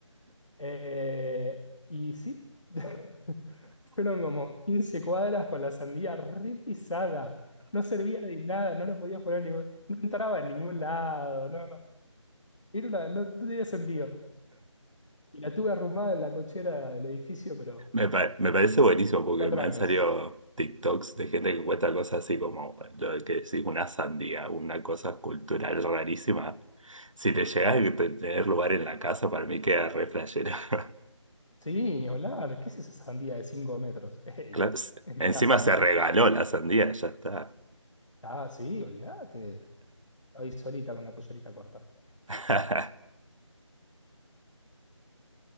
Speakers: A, on the left; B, on the right.
A: Eh, y sí, <laughs> fueron como 15 cuadras con la sandía re pisada. No servía de nada, no lo podías poner en ningún... No entraba en ningún lado, no, no. Era una- no no tenía sentido. Y la tuve arrumada en la cochera del edificio, pero
B: Me, pa- me parece buenísimo porque
A: cuatro
B: me
A: años.
B: han salido TikToks de gente que cuesta cosas así como lo que decís, una sandía, una cosa cultural rarísima. Si te llegas a te- tener lugar en la casa, para mí queda re flashero. <laughs>
A: Sí, ni hablar. ¿Qué es esa sandía de cinco metros? <laughs> ¡Ey!
B: Claro, s-
A: Es mi
B: encima
A: casa.
B: se regaló la sandía, ya está.
A: Ah, sí, olvídate. Ahí solita con la pollerita corta.
B: <laughs>